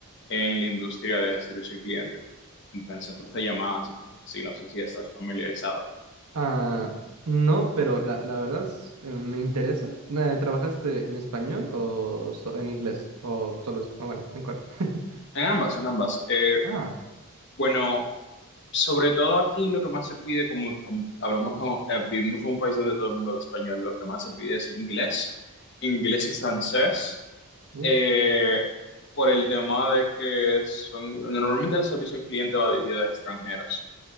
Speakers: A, on the left; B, on the right.
A: en la industria de servicio al cliente, en centros de llamadas y cosas así, no sé si estás familiarizado.
B: Ah, no, pero la, la verdad es, eh, me interesa. Eh, ¿trabajaste en español o so- en inglés? O solo, es- o bueno, ¿en cuál? <laughs>
A: En ambas, en ambas. Eh,
B: Ah,
A: bueno, sobre todo aquí lo que más se pide, como, como hablamos, ¿no? Eh, vivimos en un país donde todo el mundo habla español, lo que más se pide es inglés, inglés y francés.
B: uh,
A: Eh, por el tema de que son, normalmente el servicio al cliente va dirigido a extranjeros